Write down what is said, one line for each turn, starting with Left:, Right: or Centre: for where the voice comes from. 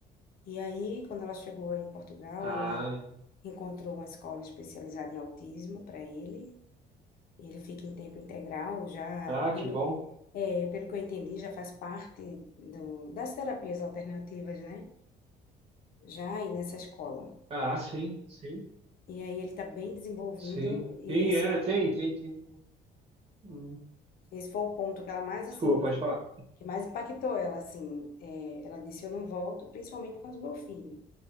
Left: E aí, quando ela chegou em Portugal,
Right: Ah,
Left: ela encontrou uma escola especializada em autismo para ele. E ele fica em tempo integral, já
Right: ah, que
Left: pelo
Right: bom.
Left: é, pelo que eu entendi, já faz parte do, das terapias alternativas, né? Já aí nessa escola.
Right: Ah, sim, sim.
Left: E aí ele está bem desenvolvido
Right: Sim.
Left: e
Right: sim
Left: esse
Right: é, tem, tem, tem. Hum,
Left: esse foi o ponto que ela mais
Right: Desculpa,
Left: assim
Right: pode falar.
Left: que mais impactou ela, assim, é, ela disse, eu não volto, principalmente por causa do meu filho,